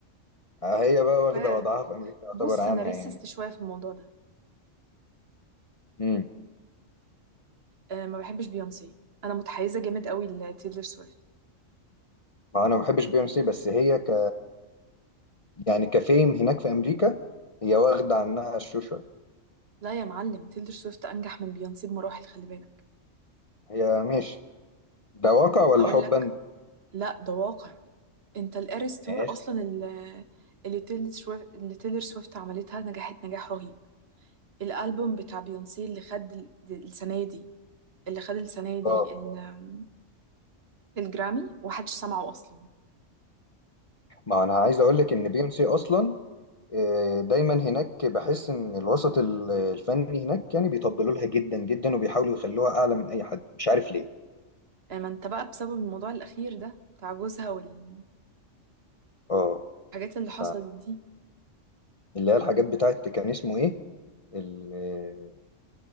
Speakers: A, on the left; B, on the right.
A: آه، هي بقى
B: كفايه
A: واخده وضعها في امريكا يعتبر
B: بص
A: عنها
B: انا ريسست
A: يعني
B: شوية في الموضوع ده
A: امم
B: أه ما بحبش بيونسي انا متحيزة جامد قوي لتيلر سويفت
A: ما انا ما بحبش بي ام سي بس هي ك يعني كفيم هناك في امريكا هي واخده عنها الشو شويه
B: لا يا معلم تيلر سويفت انجح من بيونسي بمراحل خلي بالك
A: هي ماشي ده واقع ولا
B: هقول
A: حبا
B: لك لا ده واقع انت الاريس تور
A: ماشي
B: اصلا ال- اللي تيلر سويفت اللي تيلر سويفت عملتها نجحت نجاح رهيب الالبوم بتاع بيونسي اللي خد ال- السنة دي اللي خد السنة دي
A: اه
B: ال- الجرامي ومحدش سمعه اصلا
A: ما انا عايز اقول لك ان بي ام سي اصلا آه، دايما هناك بحس ان الوسط ال- الفني هناك يعني بيطبلوا لها جدا جدا وبيحاولوا يخلوها اعلى من اي حد مش عارف ليه
B: ما انت بقى بسبب الموضوع الأخير ده بتاع جوزها والحاجات
A: اه
B: اللي
A: ف
B: حصلت دي
A: اللي هي الحاجات بتاعت كان اسمه ايه ال... آه،